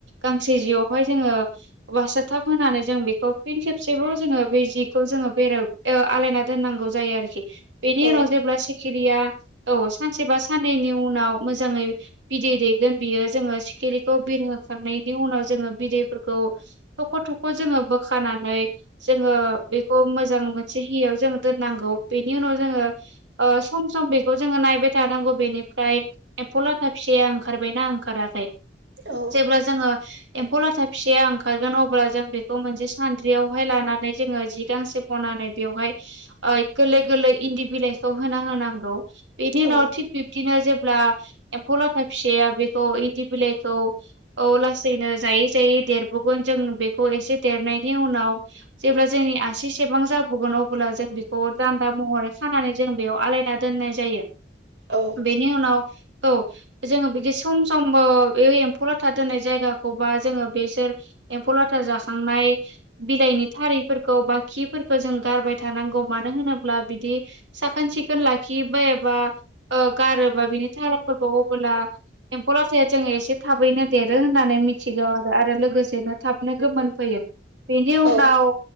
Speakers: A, on the right; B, on the right.
A: गांसे जियावहाय जोङो बासाथाब होनानै जों बेखौ फिन खेबसेबाव जोङो बेै जिखौ जोङो बेरायाव ओ आलायना दोननांगौ जायो आरोखि बेनि
B: औ
A: उनाव जेब्ला सि सिखिरिया औ सानसे बा साननैनि उनाव मोजाङै बिदै दैगोन बियो जोङो सिखिरि खौ बिरहोखांनायनि उनाव जोङो बिदैफोरखौ थख' थख' जोङो बोखानानै जोङो बेखौ मोजां मोनसे हियाव जोङो दोननांगौ बेनि उनाव जोङो ओ सम सम बेखौ जोङो नायबाय थानांगौ बेनिफ्राय एम्फौ लाथा फिसाया ओंखारबायना ओंखाराखै।
B: औ।
A: जेब्ला जोङो एम्फौ लाथा फिसियो ओंख ओंखारगोन अब्ला जों बेखौ मोनसे सान्द्रियावहाय लानानै जोङो जि गांसे बनानै बेवहाय ओइ गोरलै गोरलै इन्दि बिलाइखौ होना होनांगौ बेनि
B: औ
A: उनाव थिग बिब्दिनो जेब्ला एम्फौ लाथा फिसाया बेखौ इन्दि बिलाइखौ औ लासैनो जायै जायै देरबोगोन जों बेखौ एसे देरनायनि उनाव जेब्ला जोंनि आसिसेबां जाबुगोन अब्ला जों बेखौ दान्दा महरै खानानै जों बेयाव आलायना दोननाय जायो।
B: औ।
A: बेनि उनाव औ। जोङो बिदि सम सम ओ बे एम्फौ लाथा दोननाय जायगाखौ बा जोङो बे सेर एम्फौ लाथा जाखांनाय। बिलाइनि थारिफोरखौ बा खिफोरखौ जों गारबाय थानांगौ मानो होनोब्ला बिदि साखोन सिखोन लाखियोबा एबा ओ गारोबा बिनि थारायफोरखौ अबोला एम्फौ लाथाया जोङो एसे थाबैनो देरो होननानै मिथिगौ आरो आरो लोगोस सेबा थाबनो गोमोन फैयो बेनि उनाव
B: औ